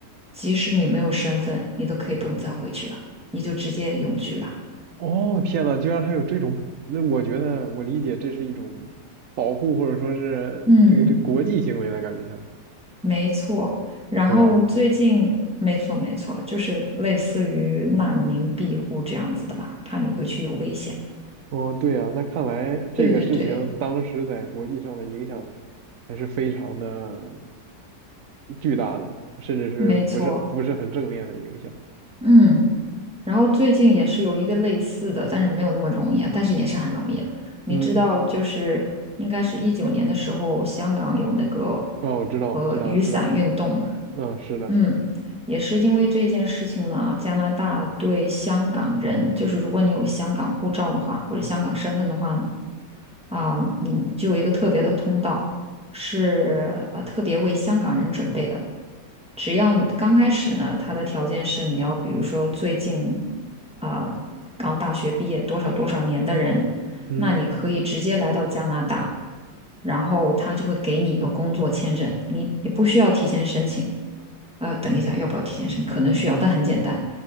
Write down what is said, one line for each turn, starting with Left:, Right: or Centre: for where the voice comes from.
Centre: 即使你没有身份，你都可以不用再回去了，你就直接永居了。
Right: 哦，天呐，居然还有这种，那我觉得我理解这是一种保护，或者说是这个这国际行为的感觉，
Centre: 嗯，
Right: 像是，
Centre: 没错。然后最近，
Right: 对吧？
Centre: 没错没错，就是类似于难民庇护这样子的吧，怕你回去有危险。
Right: 哦，对呀，那看来这个事情当时在国际上的影响
Centre: 对对对，
Right: 还是非常的巨大的，甚至是不是不是很正面的影响。
Centre: 没错。嗯，然后最近也是有一个类似的，但是没有那么容易啊，但是也是很容易了。你知道，
Right: 嗯，
Centre: 就是应该是一九年的时候，香港有那个
Right: 哦，我知道，
Centre: 呃雨伞运动嘛，
Right: 知道，知道，嗯，是的，
Centre: 嗯，也是因为这一件事情呢，加拿大对香港人，就是如果你有香港护照的话，或者香港身份的话呢，啊、嗯，就有一个特别的通道，是呃特别为香港人准备的。只要你刚开始呢，他的条件是你要，比如说最近啊、刚大学毕业多少多少年的人，
Right: 嗯
Centre: 那你可以直接来到加拿大，然后他就会给你一个工作签证，你你不需要提前申请。呃，等一下，要不要提前申请？可能需要，但很简单。